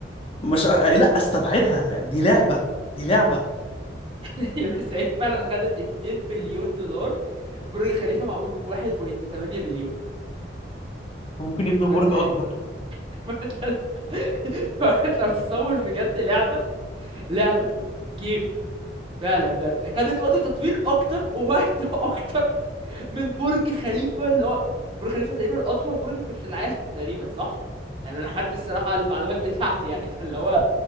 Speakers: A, on the left; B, on the right.
A: مش لا استبعدها دي لعبة دي لعبة
B: <laughs> بس هي فعلا خدت 2 بليون دولار برج خليفة معمول ب 1.8 بليون
A: ممكن يبنوا برج
B: فأنت
A: اكبر
B: <laughs> فأنت فأنت بتصور بجد لعبة لعبة جيم فعلا ده خدت وقت تطوير أكتر ووقت <laughs> أكتر من برج خليفة اللي هو برج خليفة تقريبا أطول برج في في العالم <laughs> تقريبا صح؟ يعني أنا لحد الصراحة المعلومات بتاعتي يعني فاللي هو